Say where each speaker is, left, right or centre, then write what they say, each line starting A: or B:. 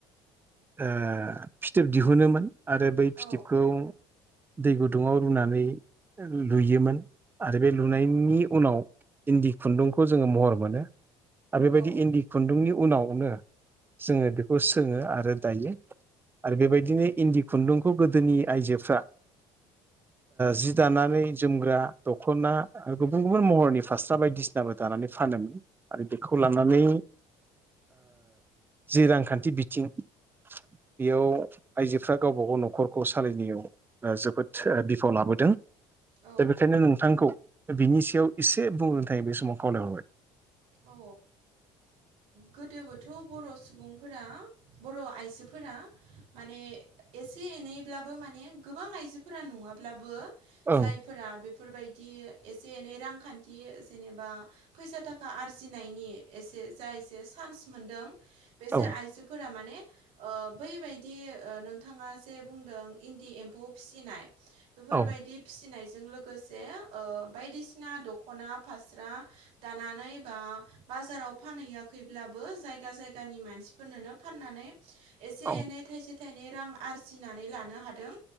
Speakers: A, on the right (about 20°); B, on the right (about 75°).
A: ओ फिथोब दिहुनोमोन। आरो बै
B: औ
A: फिथिबखौ दै गुदुङाव रुनानै लुयोमोन ओ आरो बे लुनायनि उनाव इन्दि खुन्दुंखौ जोङो महर मोनो आरो बेबायदि
B: औ
A: इन्दि खुन्दुंनि उनावनो जोङो बेखौ सोङो आरो दायो आरो बेबायदिनो इन्दि खुन्दुंखौ गोदोनि आइजोफ्रा जि दानानै जोमग्रा दख'ना आरो गुबुन गुबुन महरनि फास्रा बायदिसिनाबो दानानै फानोमोन। आरो बेखौ लानानै जि रांखान्थि बिथिं <inaudible> बेयाव आइजोफ्रा गावबागाव न'खरखौ सालायनायाव जोबोद बिफाव लाबोदों।
B: औ।
A: दा बेखायनो नोंथांखौ बिनि सायाव एसे बुंनो थाखाय बे समाव खावलायहरबाय
B: औ गोदोबोथ' बर' सुबुंफोरा बर' आइजोफोरा फोरा माने एसे एनैब्लाबो माने गोबां आइजोफोरा नङाब्लाबो
A: ओं
B: जायफोरा बेफोरबायदि एसे एनै रांखान्थि जेनेबा फैसा थाखा थाखा आरजिनायनि एसे जा एसे सान्स मोनदों बेसोर
A: औ
B: आइजोफोरा माने बैबायदि नोंथाङा जे बुंदों। इन्दि एम्फौ फिसिनाय बेफोरबायदि
A: ओं
B: फिसिनाय जों लोगोसे बायदिसिना दखना फास्रा दानानै एबा बाजाराव फानहैयाखैब्लाबो जायगा जायगानि मानसिफोरनोनो फाननानै एसे
A: औ
B: एनै थाइसे थाइनै रां आरजिनानै लानो हादों।